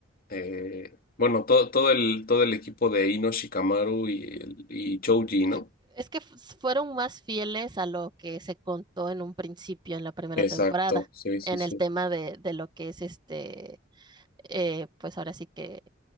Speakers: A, on the left; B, on the right.
A: eh, bueno, todo, todo el, todo el equipo de Ino Shikamaru y, el- y Choji, ¿no?
B: eh, Es que f- fueron más fieles a lo que se contó en un principio en la primera
A: Exacto,
B: temporada,
A: sí, sí,
B: en
A: sí.
B: el tema de, de lo que es este, eh, pues ahora sí que